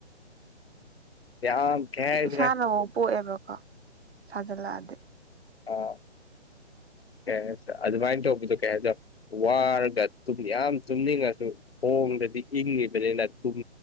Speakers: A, on the left; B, on the right.
A: ꯌꯥꯝ ꯀꯩ ꯍꯥꯏꯁꯤꯔꯦ
B: ꯏꯁꯥꯅꯕꯨ ꯄꯣꯛꯑꯦꯕꯀꯣ ꯁꯥꯖꯤꯜꯂꯛꯑꯗꯤ
A: ꯑꯥ ꯀ ꯍꯥꯏ ꯑꯗꯨꯃꯥꯏꯅ ꯇꯧꯕꯗꯣ ꯀꯩ ꯍꯥꯏꯔ ꯋꯥꯔꯒ ꯌꯥꯝ ꯆꯨꯝꯅꯤꯡꯉꯁꯨ ꯃꯣꯡꯗꯗꯤ ꯏꯪꯉꯤꯕꯅꯤꯅ ꯇꯨꯝ